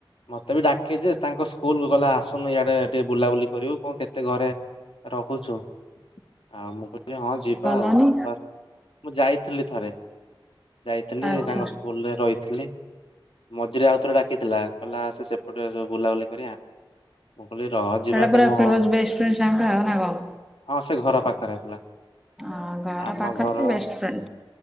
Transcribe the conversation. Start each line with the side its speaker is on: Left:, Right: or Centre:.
Left: ମତେ ବି ଡାକେ ଯେ ତାଙ୍କ ସ୍କୁଲକୁ କହିଲେ ଆସୁନୁ ଇଆଡେ ଟିକେ ବୁଲାବୁଲି କରିବୁ କଣ କେତ କେତେ ଘରେ ରହୁଛୁ ଆଉ ମୁଁ କହିଲି ହଁ ଯିବା
Centre: ଗଲନି
Left: ଆଉ <unintelligible> ମୁଁ ଯାଇଥିଲି ଥରେ। ଯାଇଥିଲି
Centre: ଆଚ୍ଛା।
Left: ତାଙ୍କ ସ୍କୁଲରେ ରହିଥିଲି ମଝିରେ ଆଉ ଥରେ ଡାକିଥିଲା। କହିଲା ସେ ସେପଟେ ଯୋଉ ବୁଲାବୁଲି କରିବା। ମୁଁ କହିଲି ରହ ଯିବା
Centre: ସେଇଟା ପୁରା
Left: ତାକୁ
Centre: କ୍ଲୋଜ୍
Left: ହଁ
Centre: ବେଷ୍ଟ ଫ୍ରେଣ୍ଡ ସାଙ୍ଗ ଆଉ ନା କଣ?
Left: ହଁ ସେ ଘର ପାଖରେ ପିଲା।
Centre: ହଁ ଘର
Left: ଆମ
Centre: ପାଖରେ
Left: ଘର
Centre: ତ ବେଷ୍ଟ ଫ୍ରେଣ୍ଡ